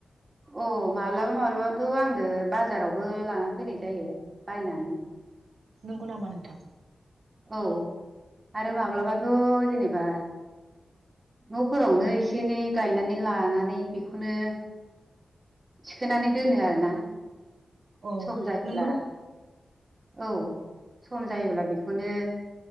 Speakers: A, on the right; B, on the right.
A: अ माब्लाबा माब्लाबाथ' आङो बाजारावबो लाना फैनाय जायो बायनानै
B: नंगौ नामा नोंथां?
A: औ आरो माब्लाबाथ' जेनेबा न'फोरावनो एसे एनै गायनानै लानानै बेखौनो थिखोनानै दोनो आरोना
B: अ
A: सम जायोब्ला
B: नोंगौ
A: औ सम जायोब्ला बेखौनो